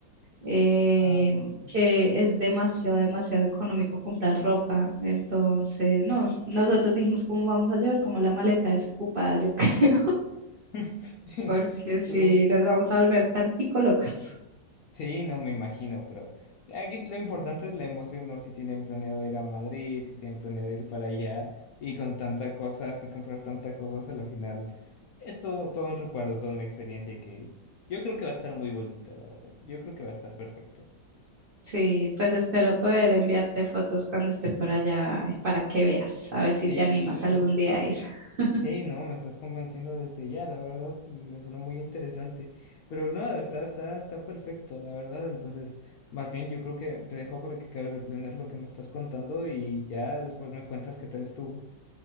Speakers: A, on the right; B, on the left.
A: eh,
B: Ah, wow.
A: que es demasiado, demasiado económico comprar ropa. Entonces, no, nosotros dijimos cómo vamos a llevar, como la maleta desocupada, yo <laughs> creo,
B: <laughs>
A: porque si
B: Solo-
A: nos vamos a volver tantico locas.
B: Sí, no me imagino, pero aquí lo importante es la emoción, ¿no? Si tienen planeado ir a Madrid, si tienen planeado ir para allá y con tantas cosas y comprar tantas cosas, a la final es todo, todo un recuerdo, toda una experiencia que yo creo que va a estar muy bonito, la verdad. Yo creo que va a estar perfecto.
A: Sí, pues espero poder enviarte fotos cuando esté por allá eh, para que veas, a ver si
B: Sí,
A: te animas algún día a ir. <laughs>
B: Sí, no, me estás convenciendo desde ya, la verdad, me sonó muy interesante. Pero no, está, está, está perfecto, la verdad. Entonces, más bien yo creo que te dejo para que acabes de planear lo que me estás contando y ya después me cuentas qué tal estuvo.